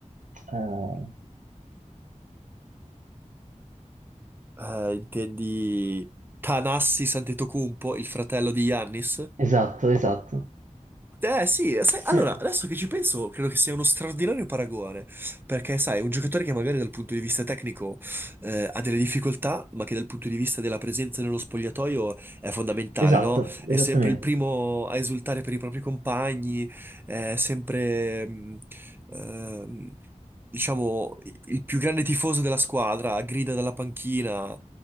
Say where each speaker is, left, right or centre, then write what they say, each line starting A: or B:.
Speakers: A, on the right; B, on the right.
A: Eh,
B: Eh, intendi Tanassi Antetokounmpo, il fratello di Yannis?
A: esatto, esatto.
B: Eh sì, eh, sai,
A: Sì.
B: allora, adesso che ci penso, credo che sia uno straordinario paragone, perché sai, un giocatore che magari dal punto di vista tecnico eh, ha delle difficoltà, ma che dal punto di vista della presenza nello spogliatoio è fondamentale,
A: Esatto,
B: no? È
A: esattamente.
B: sempre il primo a esultare per i propri compagni, è sempre, mh, ehm, diciamo, il più grande tifoso della squadra, grida dalla panchina,